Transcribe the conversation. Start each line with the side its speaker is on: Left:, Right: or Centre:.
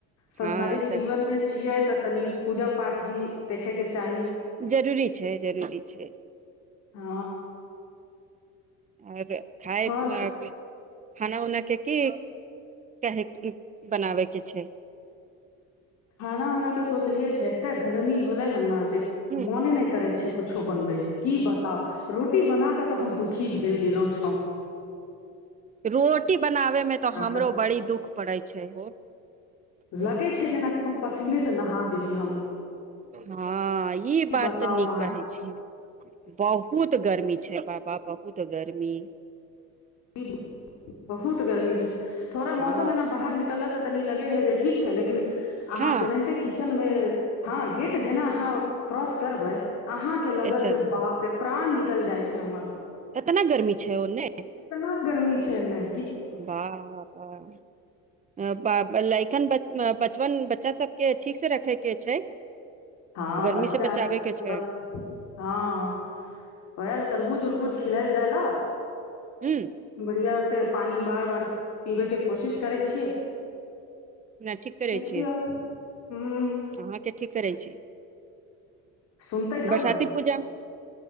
Left: संंसारिक
Right: हँ तऽ
Left: जीवनमे छियै तऽ तनि पूजा पाठ भी देखे के चाही
Right: जरूरी छै जरूरी छै
Left: ह
Right: आबै खाय
Left: आओर
Right: मे <unintelligible> खाना उना के की कहे बनाबे के छै
Left: खाना उनाके सोचलियै छै एते गर्मी होलै हन न जे
Right: ह
Left: मोने नै करै छै कुछो बनबैके की बताउ रोटी बना कऽ तऽ हम दुखी भेल गैलौ छौ
Right: रोटी बनाबेमे तऽ हमरो
Left: कऽ
Right: बड़ी दुःख पड़ै छै होअ
Left: लगै छै जेनाकि हम पसीने से नहा गेली हम
Right: ह ई
Left: की
Right: बात
Left: बताउ
Right: तऽ नीक
Left: अहाँ
Right: कहै छियै बहुत गर्मी छै बाबा बहुत गर्मी
Left: <unintelligible> बहुत गर्मी छै थोड़ा
Right: हँ
Left: मौसम ऐना बाहर निकलला से तनी लगे हे जे ठीक छै लेकिन
Right: हँ
Left: आहाँ जेनाहेते किचन में हां गेट जेना अहाँ क्रॉस करबै अहाँ के लगत
Right: ऐसे
Left: जे बाप रे प्राण निकल जाय छै हमर तऽ।
Right: एतना गर्मी छै ओ नै।
Left: इतना गर्मी छै नै।
Right: बाह बाह ए बा बलई एखन बत बचपन बच्चा सबके ठीक से रखे के छै।
Left: हां
Right: गर्मी
Left: बच्चा
Right: से बचाबे
Left: आर के तऽ पूरा
Right: छै
Left: हां वहाला तरबूज उरबूज खिलएल जाय ल,
Right: ह
Left: बढ़िया से फेर पानी बार बार पीबै के कोशिश करै छियै।
Right: नै ठीक करै
Left: देखियौ
Right: छियै।
Left: हूँ
Right: अहाँ के ठीक करै छै।
Left: सुनतै तब
Right: बरसाती
Left: ने
Right: पूजामे,